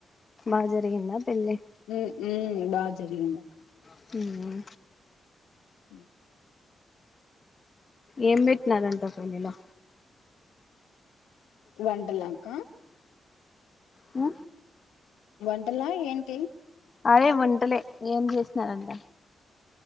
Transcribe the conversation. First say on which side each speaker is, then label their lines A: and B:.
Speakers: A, on the left (about 40°); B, on the left (about 80°).
A: బజరిగిందా పెళ్ళి
B: హమ్ మం బా జరిందకా
A: హమ్
B: అ
A: ఏం పెట్టినారంట పెళ్ళలో
B: వండలాక్క
A: ఆ
B: వంటలా ఏంటి
A: అదే ఒంటలే ఏం చేసినారంటే